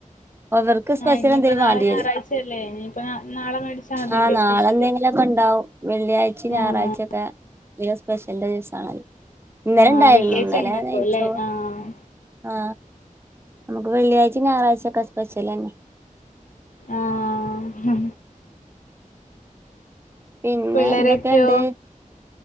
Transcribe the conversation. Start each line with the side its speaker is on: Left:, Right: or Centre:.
Right: അവർക്ക് സ്പെഷ്യൽ
Left: ആഹ് ഇനിയിപ്പോ
Right: എന്തേലും
Left: നാളെ
Right: വേണ്ടി
Left: ഞായറാഴ്ചയല്ലേ
Right: വരും
Left: ഇനിയിപ്പോ നാ- നാളെ മേടിച്ചാൽ മതില്ലേ
Right: ആ നാളെന്തെങ്കിലും
Left: സ്പെഷ്യല്
Right: ഒക്കെ ഉണ്ടാവും വെള്ളിയഴ്ച ഈ ഞായറാഴ്ചത്തെ
Left: ആഹ്
Right: ഈ സ്പെഷ്യല് ദിസായ് ഇന്നലെ
Left: ആഹ്
Right: ഉണ്ടായിരുന്നു
Left: വെള്ളിയാഴ്ച
Right: ഇന്നലെ
Left: ഉണ്ടാക്കും
Right: നെയ്ച്ചോറ്
Left: അല്ലേ ആഹ്
Right: ആ നമുക്ക് വെള്ളിയാഴ്ച ഞായറാഴ്ച ഒക്കെ സ്പെശ്യാൽ തന്നെ
Left: ആഹ്
Right: പിന്നെ
Left: പിള്ളേരൊക്കെയോ
Right: എന്തൊക്കെയുണ്ട്